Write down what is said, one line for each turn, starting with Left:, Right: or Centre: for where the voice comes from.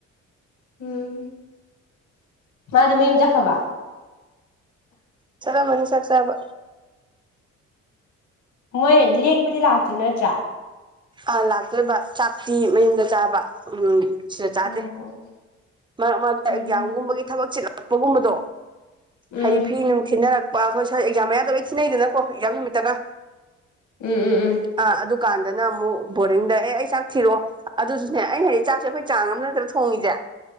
Left: ꯎꯝ ꯃꯥꯗꯤ ꯃꯌꯨꯝ ꯆꯠꯈꯔꯕ
Right: ꯆꯠꯂꯝꯃꯅꯤ ꯆꯥꯛ ꯆꯥꯕ
Left: ꯃꯣꯏ ꯂꯦꯛꯄꯗꯤ ꯂꯥꯛꯇꯣꯏ ꯅꯠꯇ꯭ꯔꯥ
Right: ꯑ ꯂꯥꯛꯇꯣꯏꯕ ꯆꯥꯛꯇꯤ ꯃꯌꯨꯝꯗ ꯆꯥꯕ ꯎꯝ ꯁꯤꯗ ꯆꯥꯗꯦ
Left: ꯑꯣ
Right: ꯃꯔꯛ ꯃꯔꯛꯇ
Left: ꯎꯝ
Right: ꯑꯦꯛꯖꯥꯝꯒꯨꯝꯕꯒꯤ
Left: ꯎꯝ
Right: ꯊꯕꯛ ꯆꯤꯛꯂꯛꯄ ꯒꯨꯝꯕꯗꯣ
Left: ꯎꯝ
Right: ꯍꯥꯏꯗꯤ ꯐꯤ ꯅꯨꯡ ꯊꯤꯅꯔꯛ ꯑ ꯑꯩꯈꯣꯏ ꯁꯋꯥꯏ ꯑꯦꯛꯖꯥꯝ ꯃꯌꯥꯗ ꯂꯣꯏꯅ ꯊꯤꯟꯅꯩꯗꯅꯀꯣ ꯑꯦꯛꯖꯥꯝ ꯅꯨꯃꯤꯠꯇꯒ
Left: ꯎꯝ ꯎꯝ
Right: ꯑꯥ ꯑꯗꯨꯀꯥꯟꯗꯅ ꯑꯃꯨꯛ ꯕꯣꯔꯔꯤꯡꯗ ꯑꯦ ꯑꯩ ꯆꯥꯛ ꯊꯤꯔꯛꯑꯣ ꯑꯗꯨꯁꯨꯅꯦ ꯑꯩ ꯍꯥꯏꯗꯤ ꯆꯥꯛ ꯑꯩꯈꯣꯏ ꯆꯥꯡ ꯑꯃ ꯅꯠꯇ꯭ꯔ ꯊꯣꯡꯉꯤꯁꯦ